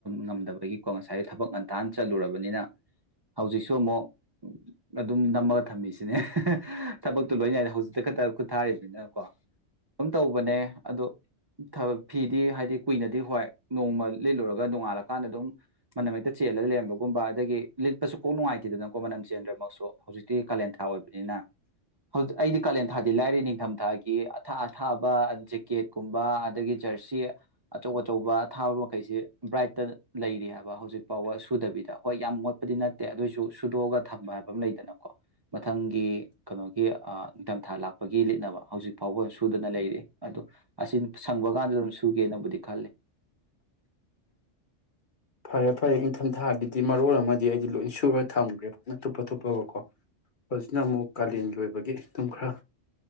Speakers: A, on the right; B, on the left.
A: ꯉꯝꯗꯕꯒꯤꯀꯣ ꯉꯁꯥꯏ ꯊꯕꯛ ꯉꯟꯊꯅ ꯆꯠꯂꯨꯔꯕꯅꯤꯅ ꯍꯧꯖꯤꯛꯁꯨ ꯑꯃꯨꯛ ꯑꯗꯨꯝ ꯅꯝꯃꯒ ꯊꯝꯃꯤꯁꯤꯅꯦ ꯊꯕꯛꯇꯨ ꯂꯣꯏꯅꯥꯏꯗ ꯍꯧꯖꯤꯛꯇ ꯈꯛꯇ ꯈꯨꯠ ꯊꯥꯔꯤꯕꯅꯤꯅꯀꯣ ꯑꯗꯨꯝ ꯇꯧꯕꯅꯦ ꯑꯗꯣ ꯐꯤꯗꯤ ꯍꯥꯏꯗꯤ ꯀꯨꯏꯅꯗꯤ ꯍꯣꯏ ꯅꯣꯡꯃ ꯂꯤꯠꯂꯨꯔꯒ ꯅꯣꯡꯉꯥꯜꯂꯀꯥꯟꯗ ꯑꯗꯨꯝ ꯃꯅꯝ ꯍꯦꯛꯇ ꯆꯦꯜꯂꯒ ꯂꯩꯔꯝꯕꯒꯨꯝꯕ ꯑꯗꯒꯤ ꯂꯤꯠꯄꯁꯨ ꯀꯣꯛ ꯅꯨꯡꯉꯥꯏ ꯇꯦꯗꯅ ꯀꯣ ꯃꯅꯝꯆꯦꯟꯗ꯭ꯔꯃꯛꯁꯨ ꯍꯧꯖꯤꯛꯇꯤ ꯀꯥꯂꯦꯟꯊꯥ ꯑꯣꯏꯕꯅꯤꯅ ꯍꯧꯖꯤꯛ ꯑꯩꯗꯤ ꯀꯥꯂꯦꯟꯊꯥꯗꯤ ꯂꯥꯏꯔꯤ ꯅꯤꯡꯊꯝꯊꯥꯒꯤ ꯑꯊꯥ ꯑꯊꯥꯕ ꯖꯦꯛꯀꯦꯠꯀꯨꯝꯕ ꯑꯗꯒꯤ ꯖꯔꯁꯤ ꯑꯆꯧ ꯑꯆꯧꯕ ꯑꯊꯥꯕ ꯃꯈꯩꯁꯤ ꯕ꯭ꯔꯥꯏꯠꯇ ꯂꯩꯔꯤ ꯍꯥꯏꯕ ꯍꯧꯖꯤꯛ ꯐꯥꯎꯕ ꯁꯨꯗꯕꯤꯗ ꯍꯣꯏ ꯌꯥꯝ ꯃꯣꯠꯄꯗꯤ ꯅꯠꯇꯦ ꯑꯗꯨꯏꯁꯨ ꯁꯨꯗꯣꯛꯑꯒ ꯊꯝꯕ ꯍꯥꯏꯕ ꯑꯃ ꯂꯩꯗꯅꯀꯣ ꯃꯊꯪꯒꯤ ꯀꯩꯅꯣꯒꯤ ꯅꯤꯡꯊꯝꯊꯥ ꯂꯥꯛꯄꯒꯤ ꯂꯤꯠꯅꯕ ꯍꯧꯖꯤꯛ ꯐꯥꯎꯕ ꯁꯨꯗꯅ ꯂꯩꯔꯤ ꯑꯗꯣ ꯑꯁꯤ ꯁꯪꯕ ꯀꯥꯟꯗ ꯑꯗꯨꯝ ꯁꯨꯒꯦꯅꯕꯨꯗꯤ ꯈꯜꯂꯤ
B: ꯐꯔꯦ ꯐꯔꯦ ꯏꯪꯊꯝꯊꯥꯒꯤꯗꯤ ꯃꯔꯣꯜ ꯑꯃꯗꯤ ꯑꯩꯗꯤ ꯂꯣꯏ ꯁꯨꯔ ꯊꯝꯈ꯭ꯔꯦ ꯐꯖꯅ ꯊꯨꯞꯄ ꯊꯨꯞꯄꯒꯀꯣ ꯍꯧꯖꯤꯛꯅ ꯑꯃꯨꯛ ꯀꯥꯂꯦꯟꯒꯤ ꯑꯣꯏꯕꯒꯤ ꯑꯗꯨꯝ ꯈꯔ